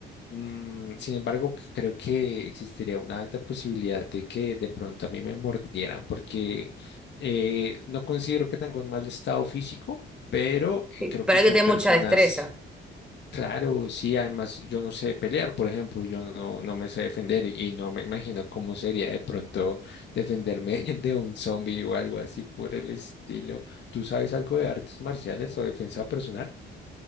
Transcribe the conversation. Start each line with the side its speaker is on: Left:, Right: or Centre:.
Left: Mm, sin embargo, creo que existiría una alta posibilidad de que de pronto a mí me mordieran, porque eh, no considero que tenga un mal estado físico, pero
Centre: sí,
Left: eh, creo
Centre: pero
Left: que
Centre: hay
Left: si
Centre: que tener
Left: hay personas,
Centre: mucha destreza.
Left: claro, sí, además yo no sé pelear, por ejemplo, yo no, no me sé defender y no me imagino cómo sería de pronto defenderme <laughs> de un zombie o algo así por el estilo. ¿Tú sabes algo de artes marciales o defensa personal?